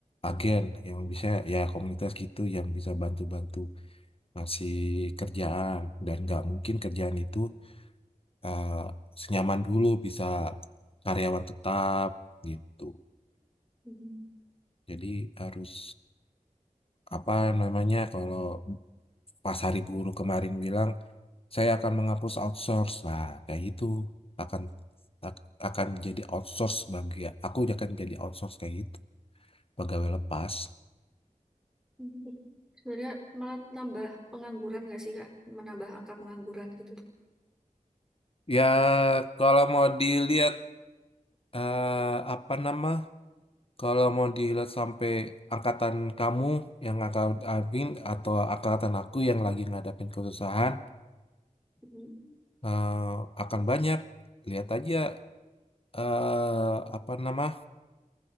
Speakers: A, on the left; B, in the centre.
A: agen yang bisa ya komunitas gitu yang bisa bantu-bantu ngasih kerjaan dan nggak mungkin kerjaan itu eh, senyaman dulu bisa karyawan tetap gitu
B: hmm,
A: jadi harus apa namanya kalau pas hari buruh kemarin bilang saya akan menghapus outsource lah kayak gitu akan ak- akan jadi outsource bagi aku akan jadi outsource kayak gitu pegawai lepas
B: hmm. Ih, Sebenarnya malah nambah pengangguran nggak sih, Kak? Menambah angka pengangguran gitu tuh.
A: Ya, kalau mau dilihat eh apa nama kalau mau dilihat sampai angkatan kamu yang angkatan Abin atau angkatan aku yang lagi ngadapin kesusahan
B: Hmm,
A: eh, akan banyak lihat aja eh apa nama